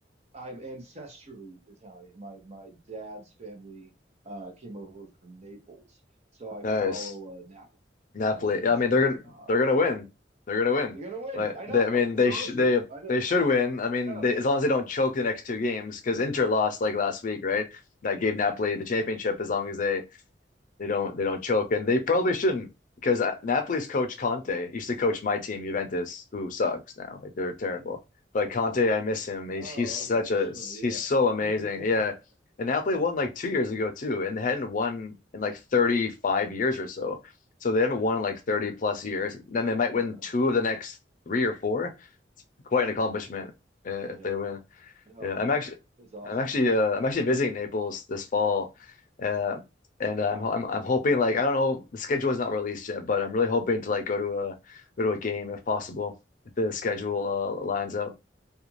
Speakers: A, on the right; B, on the left.
A: I'm ancestrally Italian. My my dad's family uh, came over from Naples, so I
B: Nice.
A: follow uh, Napoli
B: Napoli.
A: um, in
B: Yeah, I
A: Serie
B: mean, they're gonna
A: A.
B: they're gonna win.
A: Yeah,
B: They're gonna win.
A: they're gonna win.
B: Like
A: I
B: they,
A: know.
B: I mean,
A: It's
B: they
A: awesome.
B: should they
A: I
B: they should win. I mean,
A: know.
B: they, as long as they don't choke the next two games, because Inter lost like last week, right? That gave Napoli the championship as long as they They don't they don't choke, and they probably shouldn't because uh, Napoli's coach Conte used to coach my team Juventus, who sucks now. Like they're terrible.
A: Yeah.
B: But Conte, I miss him. He's
A: Oh,
B: he's such
A: okay.
B: a
A: Sure. Yeah.
B: he's so amazing. Yeah,
A: <laughs>
B: and Napoli won like two years ago too, and they hadn't won in like 35 years or so. So they haven't won in like 30 plus years. Then they might
A: Yeah.
B: win two of the next three or four. It's quite an accomplishment uh,
A: Yeah.
B: if they win.
A: No.
B: Yeah, I'm
A: Yeah.
B: actually,
A: It's awesome.
B: I'm actually, uh, I'm actually visiting Naples this fall, uh, and
A: Wow.
B: uh, I'm, I'm, I'm hoping like I don't know the schedule is not released yet, but I'm really hoping to like go to a go to a game if possible. If the schedule uh, lines
A: That,
B: up,